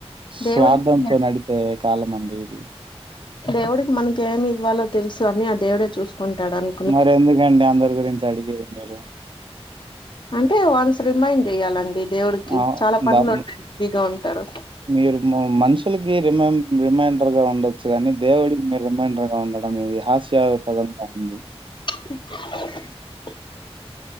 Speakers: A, on the right (about 50°); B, on the left (about 50°).
A: స్వార్థంతో
B: దేవుడికి
A: నడిపే కాలమండి ఇది
B: దేవుడికి మనకి ఏమి ఇవ్వాలో తెలుసు అన్నీ ఆ దేవుడే చూస్ కొంటాడన్
A: మరెందుకండి అందరి గురించి అడిగేది మీరు
B: అంటే వన్స్ రిమైండ్ జేయాలండి దేవుడికి
A: ఆహ్,
B: చాలా పనులున్నాయ్
A: ద
B: బిజీగా ఉంటారు
A: మీరు మ మనుషులకి రిమై రిమైండర్ గా ఉండొచ్చు గానీ దేవుడికి మీరు రిమైండర్ గా ఉండడం ఇది హాస్ స్య పదం గా వుంది
B: <inaudible>